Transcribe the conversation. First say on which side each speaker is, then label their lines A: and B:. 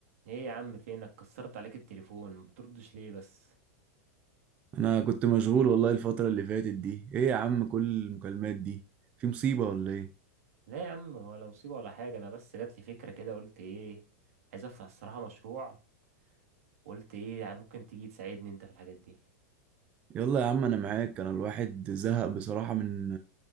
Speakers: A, on the right; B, on the right.
A: ايه يا عم فينك كسرت عليك التليفون ما بتردش ليه بس
B: انا كنت مشغول والله الفترة اللي فاتت دي ايه يا عم كل المكالمات دي في مصيبة ولا ايه
A: لا يا عم ولا مصيبة ولا حاجة انا بس جات لي فكرة كده قلت ايه عايز افتح الصراحة مشروع وقلت ايه يعني ممكن تيجي تساعدني انت في الحاجات دي
B: يلا يا عم انا معاك انا الواحد زهق بصراحة من